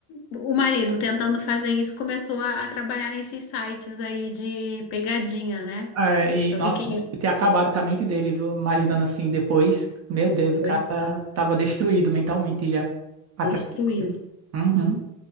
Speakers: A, on the left (about 65°); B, on the right (about 35°).
A: o marido, tentando fazer isso, começou a, a trabalhar nesses sites aí de pegadinha, né?
B: É, e,
A: Eu
B: nossa,
A: vi que ele,
B: deve
A: é
B: ter acabado com a mente dele, viu? Imaginando assim depois. Meu Deus, o cara
A: coitado,
B: tava destruído mentalmente já. Aquela
A: destruído.
B: coisa. Uhum.